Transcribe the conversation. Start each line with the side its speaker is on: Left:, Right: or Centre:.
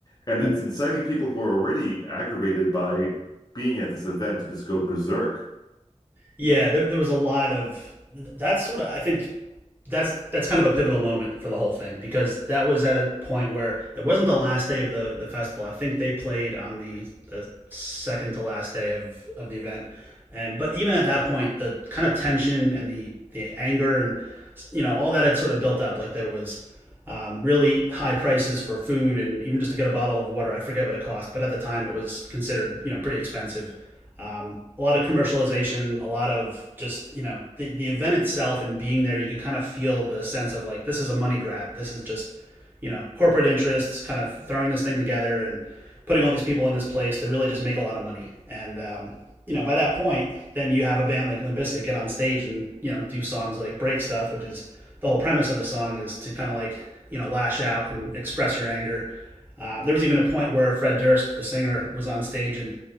Left: And
Right: Mm.
Left: it's inciting people who are already aggravated by being at this event to just go berserk.
Right: yeah there, there was a lot of that's sort of i think that's that's kind of a pivotal moment for the whole thing because that was at a point where it wasn't the last day of the the festival. I think they played on the the second to last day of of the event, and but even at that point, the kind of tension and the the anger and you know all that had sort of built up. Like there was um, really high prices for food and even just to get a bottle of water. I forget what it cost, but at the time it was considered you know pretty expensive. Um, a lot of commercialization, a lot of just you know the the event itself and being there. You could kind of feel the sense of like this is a money grab. This is just you know corporate interests kind of throwing this thing together and putting all these people in this place to really just make a lot of money. And um, you know by that point, then you have a band like Limp Bizkit get on stage and you know do songs like Break Stuff, which is the whole premise of the song is to kind of like you know lash out and express your anger. Uh, there was even a point where Fred Durst, the singer, was on stage and